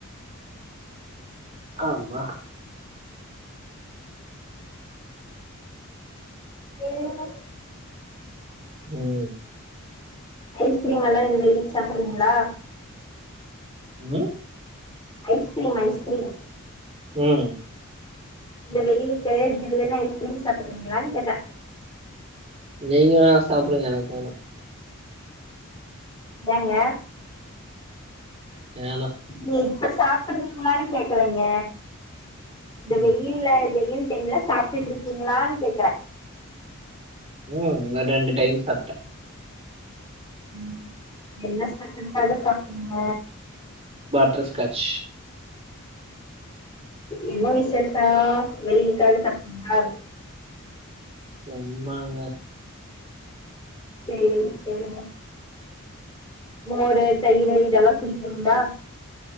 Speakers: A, on the right (about 30°); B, on the left (about 20°).
A: ஆமா
B: ஏங்க...
A: உம்.
B: ஐஸ்கிரீமெல்லா இந்த வெயிலுக் சாப்பிட்றீங்களா?
A: உம்.
B: Ice cream, ice cream.
A: உம்..
B: இந்த வெயிலுக்கு ஜில்லுன்னு ஐஸ்கிரீம் சாப்றீங்களானு கேட்டே?
A: நீங்க வேணா சாப்டுங்க எனக் வேணா
B: வாங்க.
A: வேணா.
B: நீ இப்ப சாப்றீங்களான்னு கேக்கலங்க இந்த
A: ம்
B: வெயில்ல வெயில்... நீங்களும் சாப்டுட்டு இருக்கிங்களான்னு கேக்குறே.
A: உம் ரெண்டு ரெண்டு டைம் சாப்டே.
B: உம் என்ன ஸ்பெஷல்காக சாப்டீங்க.
A: பட்டர்ஸ்காட்ச்.
B: என்ன விசேஷோ வெயிலுக்காக சாப்டீங்களா?
A: சும்மாங்க.
B: சேரி சேரிங்க மோரு தயிரு இதெல்லா குடிக்கிறீங்ளா